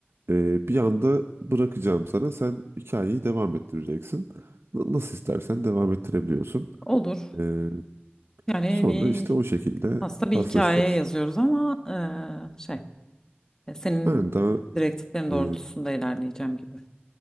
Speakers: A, on the right; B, on the left.
A: E, bir anda bırakacağım sana. Sen hikayeyi devam ettireceksin. N- Nasıl istersen devam ettirebiliyorsun.
B: olur.
A: E,
B: Yani
A: sonra
B: bir
A: işte o şekilde
B: aslında bir
A: paslaşacağız.
B: hikaye yazıyoruz ama eee, şey e, senin
A: Yani daha
B: direktiflerin doğrultusunda
A: e,
B: ilerleyeceğim gibi.